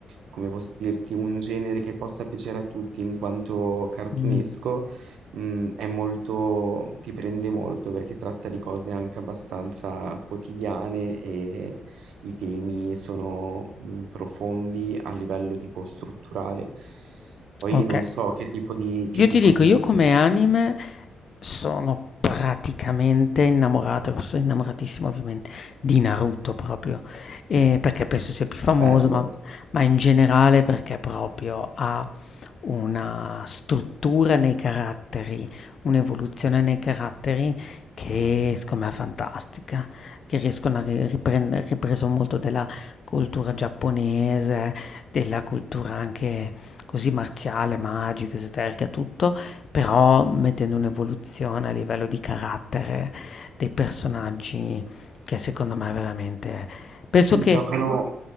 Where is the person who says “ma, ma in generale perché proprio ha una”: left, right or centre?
Left